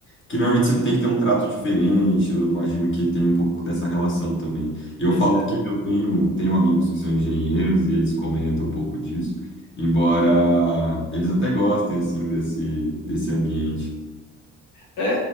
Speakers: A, on the left; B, on the left.
A: Que normalmente você tem que ter um trato diferente, eu imagino que tem um pouco dessa relação também. E eu
B: Pois
A: falo
B: é.
A: porque eu tenho, tenho amigos que são engenheiros e eles comentam um pouco disso, embora eles até gostem, assim, desse, desse ambiente.
B: É,